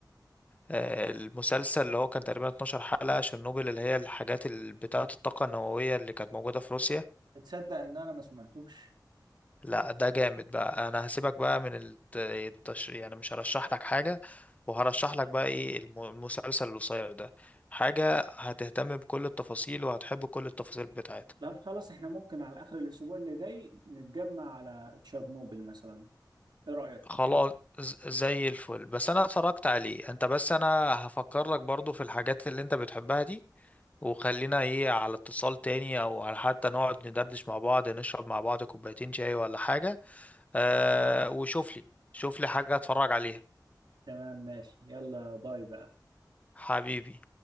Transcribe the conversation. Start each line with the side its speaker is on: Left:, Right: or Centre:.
Left: آه، المسلسل اللي هو كان تقريبا 12 حلقة شيرنوبل اللي هي الحاجات ال- بتاعة الطاقة النووية اللي كانت موجودة في روسيا
Right: تصدق ان انا ما سمعتوش
Left: لا ده جامد بقى انا هسيبك بقى من الت- التش... يعني مش هرشح لك حاجة وهرشح لك بقى ايه الم- المسلسل القصير ده حاجة هتهتم بكل التفاصيل وهتحب كل التفاصيل بتاعتها
Right: طب خلاص احنا ممكن على اخر الاسبوع اللي جاي نتجمع على تشيرنوبل مثلا ايه رأيك
Left: خلاص ز- زي الفل بس انا اتفرجت عليه انت بس انا هفكر لك برضو في الحاجات اللي انت بتحبها دي وخلينا ايه على اتصال تاني او على حتى نقعد ندردش مع بعض نشرب مع بعض كوبايتين شاي ولا حاجة أه وشوف لي شوف لي حاجة اتفرج عليها
Right: تمام ماشي يلا باي بقى
Left: حبيبي